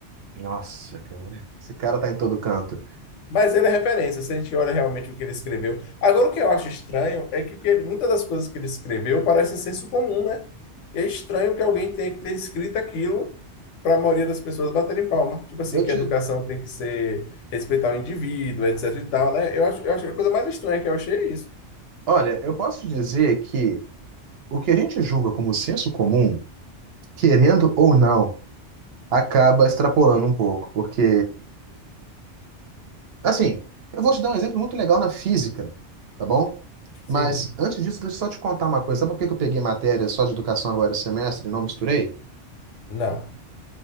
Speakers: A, on the right; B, on the left.
A: Nossa, cara, esse cara tá em todo canto.
B: Mas ele é referência, se a gente olha realmente o que ele escreveu. Agora, o que eu acho estranho é que, o que ele- muitas das coisas que ele escreveu parecem senso comum, né? É estranho que alguém tenha que ter escrito aquilo para a maioria das pessoas baterem palma. Tipo assim,
A: Eu
B: que
A: te,
B: a educação tem que ser respeitar o indivíduo, etc e tal, né? Eu acho, eu acho que a coisa mais estranha que eu achei é isso.
A: olha, eu posso te dizer que o que a gente julga como senso comum, querendo ou não, acaba extrapolando um pouco, porque Assim, eu vou te dar um exemplo muito legal na física, tá bom?
B: Sim.
A: Mas antes disso, deixa eu só te contar uma coisa. Sabe por que que eu peguei matéria só de educação agora esse semestre e não misturei?
B: Não.